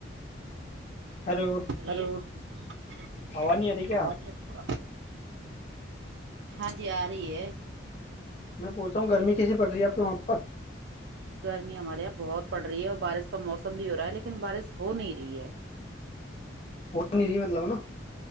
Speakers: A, on the left; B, on the right.
A: ہیلو
B: اراز <unintelligible>
A: آواز نہیں آ رہی کیا
B: ہاں جی آ رہی ہے
A: میں پہچا ہوں گرمی کیسی پڑ رہی ہے آپ کے وہاں پر
B: گرمی ہمارے یہاں بہت پڑ رہی ہے اور بارش کا موسم بھی ہو رہا ہے لیکن بارش ہو نہیں رہی ہے
A: وہ نہیں رہی مطلب نا